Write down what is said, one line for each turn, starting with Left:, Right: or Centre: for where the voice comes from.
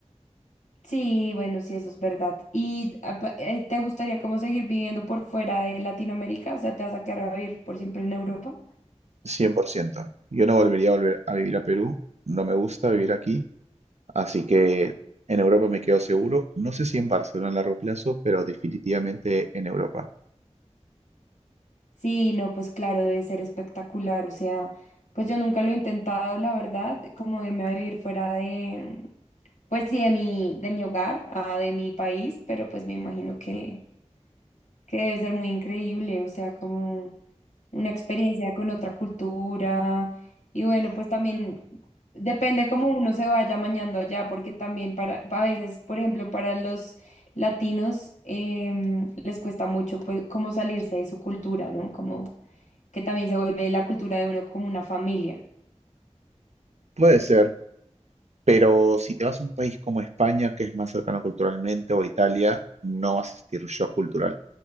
Left: Sí, bueno, sí, eso es verdad. ¿Y ah, pa- eh, te gustaría como seguir viviendo por fuera de Latinoamérica? O sea, ¿te vas a quedar a vivir por siempre en Europa?
Right: cien por ciento. Yo no volvería a volver a vivir a Perú, no me gusta vivir aquí, así que en Europa me quedo seguro. No sé si en Barcelona a largo plazo, pero definitivamente en Europa.
Left: Sí, no, pues claro, debe ser espectacular. O sea, pues yo nunca lo he intentado, la verdad, como irme a vivir fuera de, pues sí, de mi, de mi hogar, ah, de mi país, pero pues me imagino que, que debe ser muy increíble. O sea, como una experiencia con otra cultura. Y bueno, pues también depende cómo uno se vaya mañando allá, porque también para, a veces, por ejemplo, para los latinos em, les cuesta mucho, pues, como salirse de su cultura, ¿no? Como que también se vuelve la cultura de uno como una familia.
Right: Puede ser, Pero si te vas a un país como España, que es más cercano culturalmente, o Italia, no vas a sentir shock cultural.